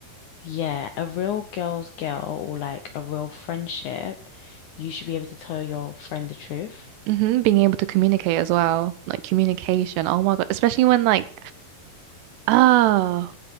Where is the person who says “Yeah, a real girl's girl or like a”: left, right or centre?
Left